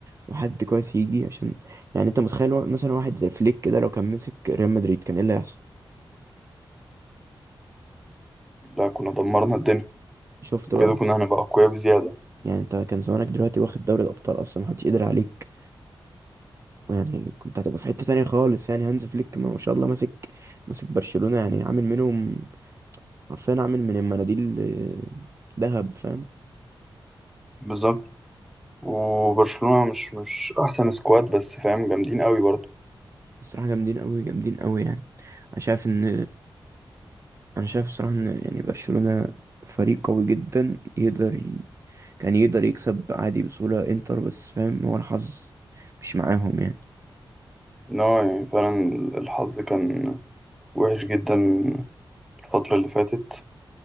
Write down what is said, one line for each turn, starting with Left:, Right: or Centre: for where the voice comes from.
Right: وحد كويس يجي عشان يعني انت متخيل وا- مثلا واحد زي فليك كده لو كان مسك ريال مدريد كان ايه اللي هيحصل
Centre: لا كنا دمرنا الدنيا
Right: شفت
Centre: بجد
Right: بقى
Centre: كنا هنبقى اقوياء بزيادة
Right: يعني انت كان زمانك دلوقتي واخد دوري الابطال اصلا محدش قدر عليك ويعني كنت هتبقى في حته تانية خالص يعني هانز فليك ما ما شاء الله ماسك ماسك برشلونه يعني عامل منهم عارفين عامل من المناديل آه، دهب فاهم
Centre: بالظبط وبرشلونة مش مش احسن سكواد بس فاهم جامدين قوي برضه
Right: الصراحة جامدين قوي جامدين قوي يعني انا شايف ان انا شايف الصراحة ان يعني برشلونة فريق قوي جدا يقدر ي... كان يقدر يكسب عادي بسهولة انتر بس فاهم هو الحظ مش معاهم يعني
Centre: ان هو يعني فعلا الحظ كان وحش جدا الفترة اللي فاتت